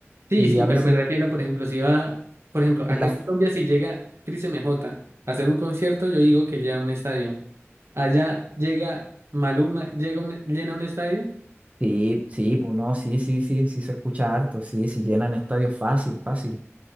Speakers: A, on the right; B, on the right.
A: Sí,
B: Y
A: sí,
B: a
A: pero
B: veces
A: me refiero, por ejemplo, si va, por ejemplo,
B: en
A: acá
B: las
A: en Colombia, si llega Cris MJ a hacer un concierto, yo digo que llena un estadio. Allá llega Maluma, llega un, llena un estadio.
B: Sí, sí, pues no, sí, sí, sí, sí se escucha harto, sí, sí llenan estadios fácil, fácil.